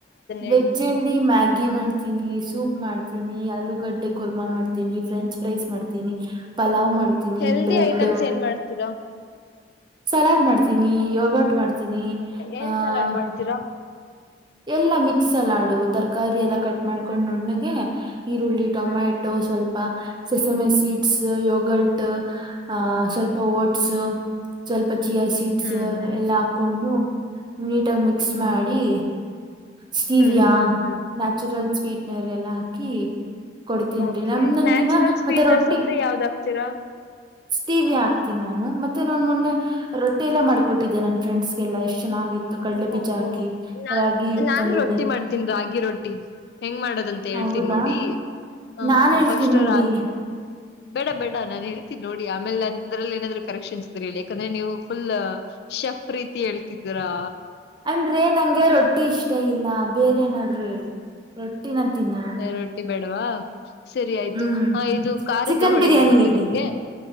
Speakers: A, on the right (about 25°); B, on the left (about 60°).
A: ವೆಜ್ಜ್ಲ್ಲಿ
B: ಹೇಳಿ
A: ಮ್ಯಾಗಿ ಮಾಡ್ತೀನಿ ಸೂಪ್ ಮಾಡ್ತೀನಿ ಆಲೂಗಡ್ಡೆ ಕೊರ್ಮಾ ಮಾಡ್ತೀನಿ ಫ್ರೆಂಚ್ ಫ್ರೈಸ್ ಮಾಡ್ತೀನಿ ಪಲಾವ್ ಮಾಡ್ಿ
B: ಹೆಲ್ದಿ
A: ಿ ಬ್ರೆಡ್
B: ಐಟಮ್ಸ್ ಏನ್ ಮಾಡ್ತೀರಾ
A: ಸಲಾಡ್ ಮಾಡ್ತೀನಿ ಯೋಗಟ್ ಮಾಡ್ತ ತಿನ್ನಿ
B: ಏನ್
A: ಆಹ
B: ಸಲಾಡ್ ಮಾಡ್ತೀರಾ
A: ಎಲ್ಲಾ ಮಿಕ್ಸ್ ಎಲ್ಲಾಡು ತರಕಾರಿ ಎಲ್ಲಾ ಕಟ್ ಮಾಡ್ಕೊಂಡು ನುಣ್ಣಗೆ ಈರುಳ್ಳಿ ಟೊಮ್ಯಾಟೊ
B: ಹ್ಮ್
A: ಸ್ವಲ್ಪ ಸಸ್ ಎಮೆ ಸೀಡ್ಸ್ ಯೋಗಟ್ ಆ ಸ್ವಲ್ಪ ಓಟ್ಸ್ ಸ್ವಲ್ಪ ಚಿಯಾ ಸೀಟ್ಸ್
B: ಹ್ಮ್
A: ಎಲ್ಲಾ ಹಾಕೊಂಡು ನೀಟಾಗಿ ಮಿಕ್ಸ್
B: ಹ್ಮ್
A: ಮಾಡಿ ಸ್ಟೀವಿಯಾ
B: ಹ್ಮ್ ಹ್ಮ್ ಹ್ಮ್
A: ನ್ಯಾಚುರಲ್ ಸ್ವೀಟ್ನರ್ ಎಲ್ಲಾ ಹಾಕಿ ಕೊಡ್ತೀನ್ರಿ
B: ಓಕೆ
A: ನಮ ನಂದ್
B: ನ್ಯಾಚುರಲ್
A: ದಿನ
B: ಸ್ವೀಟ್ನರ್ಸ್
A: ಮತ್ತೆ ರೊಟ್ಟಿ
B: ಅಂದ್ರೆ ಯಾವ್ದ್ ಹಾಕ್ತೀರಾ
A: ಟಿ ಹಾಕ್ತೀನಿ ನಾನು ಮತ್ತೆ ನಾನನ್ ಮೊನ್ನೆ ರೊಟ್ಟಿ ಎಲ್ಲ ಮಾಡಕೊಟ್ಟಿದ್ದೆ ನನ್ ಫ್ರೆಂಡ್ಸ್ ಗೆಲ್ಲ ಎಷ್ಟ್ ಚೆನ್ನಾಗಿ ಕಡ್ಲೆ ಬೀಜ
B: ಓಹೋ
A: ಹಾಕಿ
B: ನಾನ್
A: ರಾಗಿ
B: ನಾನು
A: ತಂದಿದ್ದೆ
B: ರೊಟ್ಟಿ ಮಾಡ್ತೀನ್ಿ ರಾಗಿ ರೊಟ್ಟಿ ಹೆಂಗ್ ಮಾಡೋದಂತ ಹೇಳ್ತೀನ್ಿ
A: ಹೌದಾ
B: ನೋಡಿ ಹ್ಮ್
A: ನಾನ್ ಹೇಳ್ತೀನಿ
B: ಫಸ್ಟ್
A: ನೋಡಿ
B: ರಾಗಿ ಬೇಡ ಬೇಡ ನಾನ್ ಹೇಳ್ತೀನಿ ನೋಡಿ ಆಮೇಲೆ ನನ್ ಇದ್ರಲ್ಲಿ ಏನಾದ್ರು ಕರೆಕ್ಷನ್ಸ್ ಇದ್ರ ಯಾಕಂದ್ರೆ ನೀವುಫುಲ್ ಶಫ ಪ್ರೀತಿ ಹೇಳ್ತಿದ್ರಾ
A: ಅಂದ್ರೆ ನಂಗೆ ರೊಟ್ಟಿ ಇಷ್ಟ ಇಲ್ಲ ಬೇರೆ ಏನಾದ್ರು ಹೇಳಿ ರೊಟ್ಟಿನಂತ ತಿನ್ನಲ್ಲ
B: ರೊಟ್ಟಿ ಬೇಡವಾ ಸರಿ ಆಯ್ತು
A: ಹ್ಮ್
B: ಹ ಇದು ಕಾರ್ದ
A: ಚಿಕನ್
B: ಹೊಳಗೆ
A: ಬಿರಿಯಾನಿ
B: ಗೊತ್ತ
A: ಹೇಳಿ
B: ನಿಮಗೆ